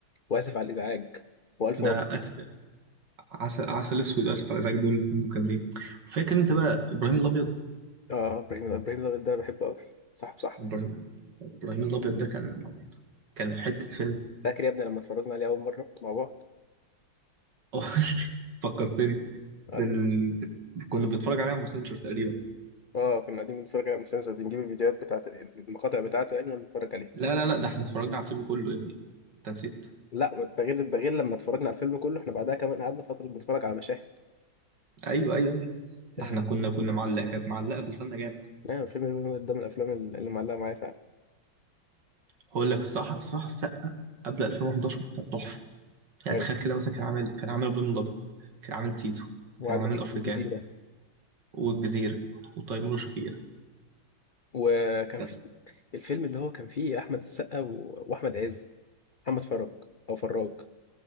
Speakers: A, on the left; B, on the right.
A: واسف على الازعاج والف
B: ده
A: مبروك
B: اسف عسل عسل اسود اسف على الازعاج دول الاتنين دول جامدين فاكر انت بقى ابراهيم الابيض
A: اه ابراهيم الأب- ابراهيم الأبيض ده انا بحبه قوي صاحب صاحبه
B: ابراهيم ابراهيم الابيض ده كان كان في حتة فيلم
A: فاكر يا ابني لما اتفرجنا عليه اول مره مع بعض
B: آه، <laughs> فكرتني
A: قعدنا
B: ده ال... كنا بنتفرج عليه على ماسنجر تقريبا
A: اه كنا قاعدين بنتفرج على المسلسل بنجيب الفيديوهات بتاعت المقاطع بتاعته يعني ونتفرج عليها
B: لا لا لا ده احنا اتفرجنا على الفيلم كله يا ابني انت نسيت
A: لا ما ده غير ده غير لما اتفرجنا على الفيلم كله احنا بعدها كمان قعدنا فترة بنتفرج على مشاهد
B: ايوه ايوه ايوه
A: يعني
B: ده احنا كنا كنا معلقه كانت معلقه في لساننا جامد
A: الفيلم ده من الافلام اللي معلقة معايا فعلا
B: هقول لك الصح الصح السقه قبل 2011 كان تحفه يعني
A: أيوة.
B: تخيل كده مثلا كان عامل كان عامل ابراهيم الابيض كان عامل تيتو
A: وعندك
B: كان عامل افريكان
A: الجزيرة
B: والجزيره وتيمور وشفيقة
A: وكان
B: كان-
A: في الفيلم اللي هو كان فيه احمد السقا و... واحمد عز محمد فرج او فراج